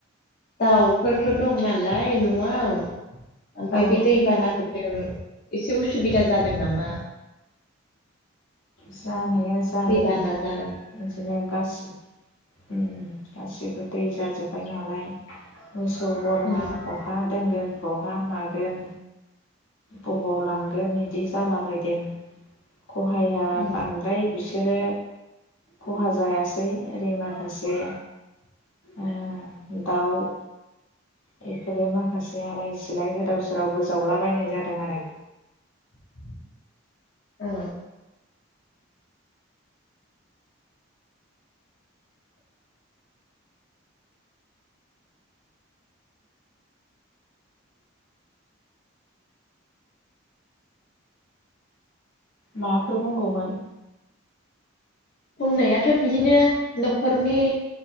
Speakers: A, on the left; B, on the left.
A: दाउफोरथ दं नालाय नआव । ओमफाय
B: औ
A: बे दै बानाखौ । जों एसे उसुबिदा जादों नामा?
B: जानाया जादों
A: दैबाना जानाय
B: बिदिनो गासि ओ गासिबो दै जाजोब्बाय नालाय । मोसौ बोरमा
A: उम
B: बहा दोनगोन बहा मा बेन गबलांगोन इदि जालाबायदों खहाय आं
A: उम
B: बांद्राय बिस सोरो खहा जायासै ओरै माखासे
A: <inaudible>
B: ओ दाउ बेफोरो माखासे आलाय सिलाय गोदाव सोरावबो गोजावलाबायनाय जादों आरो
A: <inaudible> औ
B: माबाफोर बुंगौमोन
A: बुंनायाथ बिदिनो नखरनि